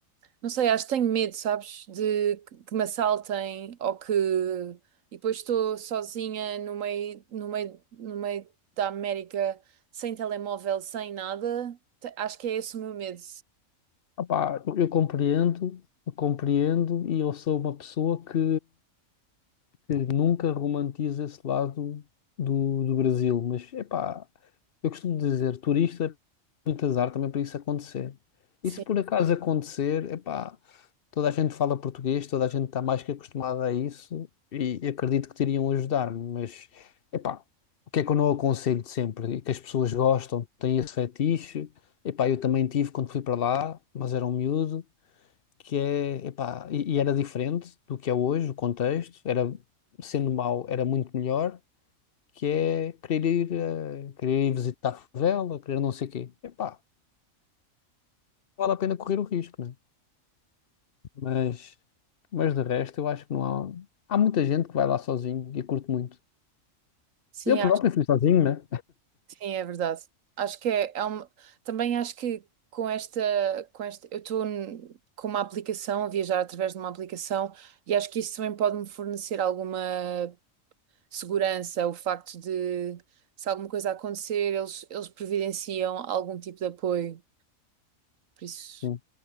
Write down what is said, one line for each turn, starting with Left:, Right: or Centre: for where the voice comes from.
Right: Não sei, acho que tenho medo, sabes? De que que me assaltem ou que. E depois estou sozinha no meio, no meio, no meio da América, sem telemóvel, sem nada. Te- Acho que é esse o meu medo.
Left: Opá, eu, eu compreendo, eu compreendo e eu sou uma pessoa que, que nunca romantiza esse lado do, do Brasil, mas, epá... Eu costumo dizer, turista muito azar também para isso acontecer.
Right: Sim.
Left: E se por acaso acontecer, epá, toda a gente fala português, toda a gente está mais que acostumada a isso e acredito que teriam ajudar-me, mas epá, o que é que eu não aconselho sempre? E que as pessoas gostam, têm esse fetiche. Epá, eu também tive quando fui para lá, mas era um miúdo, que é, epá, e, e era diferente do que é hoje, o contexto, era sendo mau, era muito melhor, que é querer ir, eh, querer ir visitar a favela, querer não sei o quê. Epá, vale a pena correr o risco, né? Mas, mas de resto, eu acho que não há. Há muita gente que vai lá sozinho e curte muito.
Right: Sim,
Left: Eu próprio fui sozinho, né?
Right: Sim, é verdade. Acho que é, é uma... Também acho que com esta, com esta, eu estou n- com uma aplicação, a viajar através de uma aplicação, e acho que isso também pode me fornecer alguma segurança, o facto de se alguma coisa acontecer, eles, eles providenciam algum tipo de apoio. Por isso
Left: Sim,